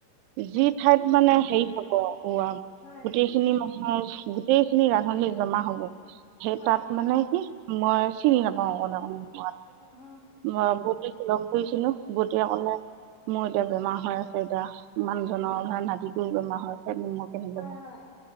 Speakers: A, on the right; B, on the left.
A: যি ঠাইত মানে হেৰি হ'ব ৱা
B: হয়
A: গোটেইখিনি মান গোটেই খিনি ৰান্ধনি জমা হ'ব সেই
B: হয়
A: তাত মানে কি মই চিনি নাপাওঁ অলেণে <unintelligible>
B: অ
A: মই তেতিয়াহে ব লগ কৰিছিলো বোতিয়ে ক'লে মোৰ এতিয়া বেমাৰ হৈ আছে এতিয়া মানুহজনৰ ঘৰৰ নাটিটো বেমাৰ হৈছে মই কেনেকৈ
B: হয়
A: যাওঁ
B: হয়